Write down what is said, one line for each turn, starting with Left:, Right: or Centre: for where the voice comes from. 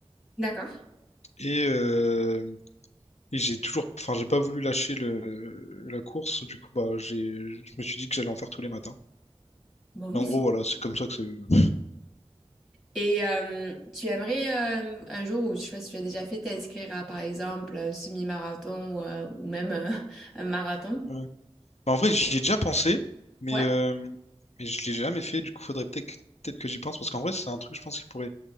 Centre: d'accord.
Left: et, euh, et j'ai toujours, enfin, j'ai pas voulu lâcher le, la course. Du coup, bah, j'ai, je me suis dit que j'allais en faire tous les matins.
Centre: Bon, mais
Left: Mais en
Centre: c'est...
Left: gros, voilà, c'est comme ça que ça. Ouais.
Centre: Et euh, tu aimerais euh, un jour, ou je sais pas si tu as déjà fait, t'inscrire à par exemple un semi-marathon ou, euh, ou même euh, <laughs> un marathon?
Left: Bah, en vrai, j'y ai déjà pensé, mais,
Centre: Ouais.
Left: euh, mais je l'ai jamais fait. Du coup, faudrait peut-être peut-être que j'y pense parce qu'en vrai, c'est un truc, je pense, qui pourrait,